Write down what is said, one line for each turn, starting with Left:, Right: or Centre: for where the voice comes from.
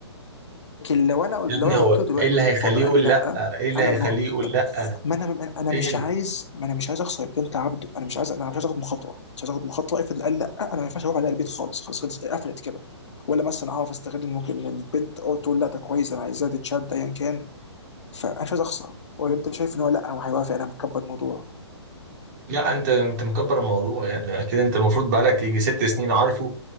Left: لكن لو انا لو
Right: ابني
Left: انا
Right: هو
Left: قلت له دلوقتي
Right: ايه اللي هيخليه
Left: فاضل
Right: يقول
Left: قال لي لا
Right: لا ايه اللي
Left: انا
Right: هيخليه
Left: ما
Right: يقول لا
Left: انا ما انا
Right: ايه
Left: مش
Right: اللي...
Left: عايز ما انا مش عايز اخسر البنت عبده انا مش عايز انا مش عايز اخد مخاطره مش عايز اخد مخاطره افرض قال لا انا ما ينفعش اروح على البيت خالص خلاص خلاص قفلت كده ولا مثلا اعرف استغل ان ممكن إن البنت او تقول لا ده كويس انا عايزاه تتشد ايا كان فانا مش عايز اخسر ولا انت شايف ان هو لا هو هيوافق انا مكبر الموضوع
Right: لا انت انت مكبر الموضوع يعني اكيد انت المفروض بقالك يجي ست سنين عارفه